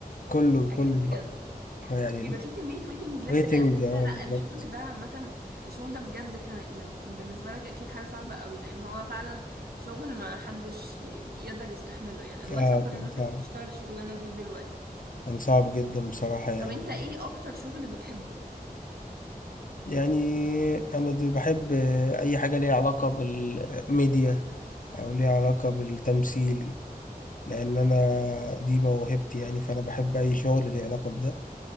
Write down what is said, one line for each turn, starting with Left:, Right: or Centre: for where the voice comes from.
Left: كله كله
Right: اكيد بجد
Left: بقى يعني
Right: بيبقى في كمية waiting
Left: الويتنج
Right: list قد <laughs> كده
Left: اه
Right: لا
Left: بالظبط
Right: الشغل ده عامة الشغل ده بجد كان يعني كان بالنسبة لك أكيد حاجة صعبة قوي لأن هو فعلا شغل ما حدش يقدر يستحمله يعني الله
Left: اه
Right: يصبر
Left: كان
Right: الناس
Left: صعب
Right: اللي بتشتغل الشغلانة دي دلوقتي
Left: كان صعب جدا بصراحه يعني
Right: طب أنت إيه أكتر شغل بتحبه
Left: يعني انا د- بحب اي حاجه ليها علاقه بالميديا او ليها علاقه بالتمثيل لان انا دي موهبتي يعني فانا بحب اي شغل ليه علاقه بده